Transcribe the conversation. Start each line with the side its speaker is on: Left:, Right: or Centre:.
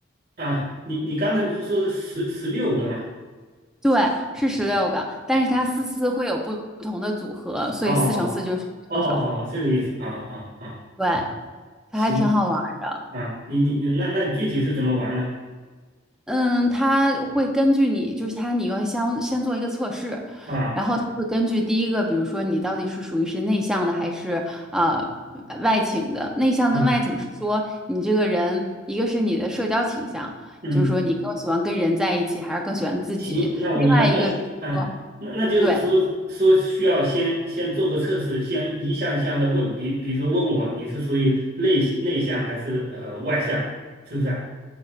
Right: 啊，你你刚才不是说是十十六个吗？
Centre: 对，是十六个，但是它四四会有不同的组合，所以四乘四就是六种。
Right: 哦哦哦哦，哦，这个意思啊啊啊，
Centre: 对，它还挺好玩儿的。
Right: 行啊，你你你那那具体是怎么玩呢？
Centre: 嗯，它会根据你，就是它你要先先做一个测试，
Right: 啊
Centre: 然后它会根据第一个，比如说你到底是属于是内向的还是呃外倾的。内向跟外倾是说你这个人，
Right: 啊
Centre: 一个是你的社交倾向，
Right: 嗯，
Centre: 就是说你更喜欢跟人在一起，还是更喜欢自己。
Right: 行，那我明白，
Centre: 另外一个就是说。
Right: 那行啊那那就是说说需要先先做个测试，
Centre: 对，
Right: 先一项一项的问，比比如说问我你是属于内内向还是呃外向，是不是啊？